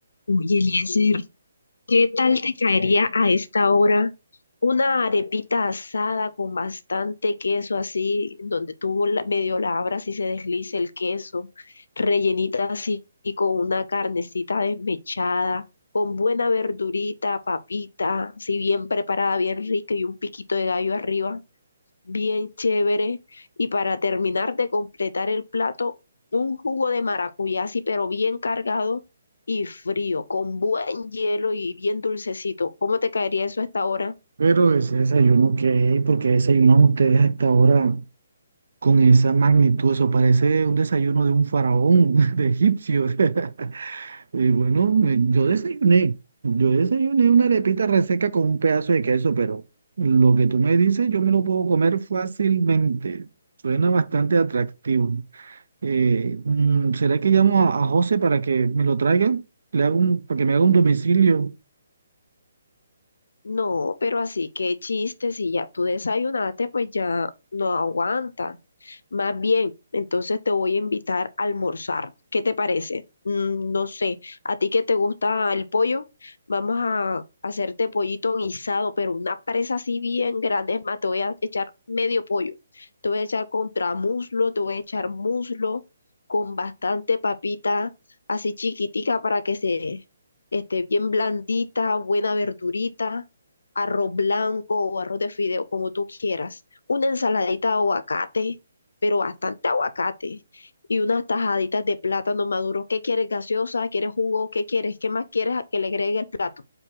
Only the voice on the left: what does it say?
Oye, Eliezer, ¿qué tal te caería a esta hora una arepita asada con bastante queso así, donde tú la- medio la abras y se deslice el queso, rellenita así y con una carnecita desmechada, con buena verdurita, papita, así bien preparada, bien rica y un piquito de gallo arriba? bien chévere. Y para terminar de completar el plato, un jugo de maracuyá, sí, pero bien cargado y frío, con buen hielo y bien dulcecito. ¿Cómo te caería eso a esta hora?
No, pero así, qué chiste, si ya tú desayunaste, pues ya no aguanta. Más bien, entonces te voy a invitar a almorzar. ¿Qué te parece? Mm, no sé, a ti que te gusta el pollo, vamos a hacerte pollito guisado, pero una presa así bien grande. Es más, te voy a echar medio pollo. Te voy a echar contramuslo, te voy a echar muslo con bastante papita así chiquitica para que se esté bien blandita, buena verdurita arroz blanco o arroz de fideo, como tú quieras, una ensaladita de aguacate pero bastante aguacate y unas tajaditas de plátano maduro. ¿Qué quieres, gaseosa? ¿Quieres jugo? ¿Qué quieres? ¿Qué más quieres que le agregue el plato?